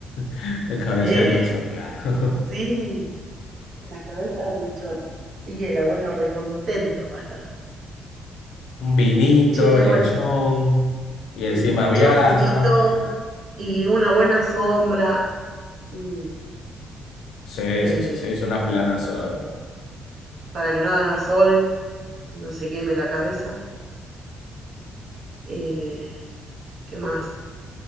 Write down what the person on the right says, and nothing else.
¿Eh?
<laughs>
Sí, en la cabeza del lechón. Y el abuelo recontento va a estar.
Che,
bueno,
lechón,
minito y una buena sombra, así,
eh,
para que no haga sol, no se queme la cabeza. Eh, ¿qué más?